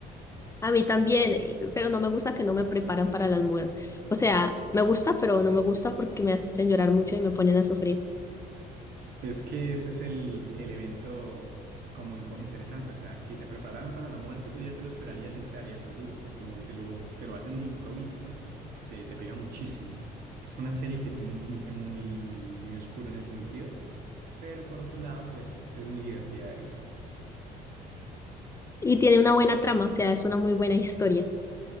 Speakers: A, on the left; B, on the right.
A: A mí también, eh, pero no me gusta que no me preparan para las muertes. O sea, me gusta, pero no me gusta porque me hacen llorar mucho y me ponen a sufrir.
B: Es que ese es el, el evento como impo- interesante. O sea, si te prepararan para la muerte, tú ya te lo esperarías y no te daría tan duro, pero como te lo, te lo hacen de improviso, te, te pega muchísimo. Es una serie que tiene un tinte muy, muy, muy oscuro en ese sentido, pero por otro lado, pues es muy divertida de ver.
A: Y tiene una buena trama, o sea, es una muy buena historia.